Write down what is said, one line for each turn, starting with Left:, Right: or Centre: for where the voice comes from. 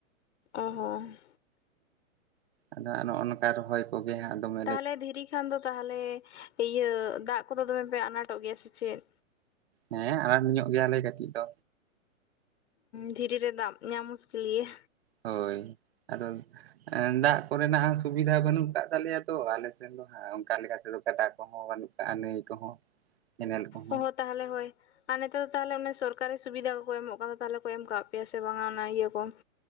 Left: ᱚ ᱦᱚᱸ᱾
Right: ᱟᱫᱚ ᱱᱚᱜᱼᱚ ᱱᱚᱝᱠᱟ ᱨᱚᱦᱚᱭ ᱠᱚᱜᱮ ᱦᱟᱸᱜ ᱫᱚᱢᱮ
Left: ᱛᱟᱦᱚᱞᱮ ᱫᱷᱤᱨᱤ ᱠᱷᱟᱱ ᱫᱚ ᱛᱟᱦᱚᱞᱮ ᱤᱭᱟᱹ ᱫᱟᱜ ᱠᱚᱫᱚ ᱫᱚᱢᱮ ᱯᱮ ᱟᱱᱟᱴᱚᱜ ᱜᱮᱭᱟ ᱥᱮ ᱪᱮᱫ?
Right: ᱦᱮᱸ ᱟᱱᱟᱴ ᱧᱚᱜ ᱜᱮᱭᱟ ᱞᱮ ᱠᱟᱹᱴᱤᱡ ᱫᱚ᱾
Left: ᱫᱷᱤᱨᱤ ᱨᱮ ᱫᱟᱜ ᱧᱟᱢ ᱢᱩᱥᱠᱤᱞ ᱜᱮᱭᱟ᱾
Right: ᱦᱳᱭ, ᱟᱫᱚ ᱫᱟᱜ ᱠᱚᱨᱮᱱᱟᱜ ᱦᱚᱸ ᱥᱩᱵᱤᱫᱷᱟ ᱵᱟᱹᱱᱩᱜ ᱟᱠᱟᱫ ᱛᱟᱞᱮᱭᱟ ᱛᱚ ᱟᱞᱮ ᱥᱮᱱ ᱫᱚ ᱦᱟᱸᱜ, ᱚᱱᱠᱟ ᱞᱮᱠᱟ ᱛᱮᱫᱚ ᱜᱟᱰᱟ ᱠᱚᱦᱚᱸ ᱵᱟᱹᱱᱩᱜ ᱠᱟᱜᱼᱟ ᱱᱟᱹᱭ ᱠᱚᱦᱚᱸ ᱠᱮᱱᱮᱞ ᱠᱚᱦᱚᱸ
Left: ᱚ ᱦᱚᱸ ᱛᱟᱦᱚᱞᱮ ᱦᱳᱭ᱾ ᱟᱨ ᱱᱮᱛᱟᱨ ᱫᱚ ᱛᱟᱦᱚᱞᱮ ᱚᱱᱮ ᱥᱚᱨᱠᱟᱨᱤ ᱥᱩᱵᱤᱫᱷᱟ ᱠᱚᱠᱚ ᱮᱢᱚᱜ ᱠᱟᱱ ᱫᱚ ᱛᱟᱦᱚᱞᱮ ᱠᱚ ᱮᱢ ᱠᱟᱜ ᱯᱮᱭᱟ ᱥᱮ ᱵᱟᱝᱟ, ᱚᱱᱟ ᱤᱭᱟᱹ ᱠᱚ?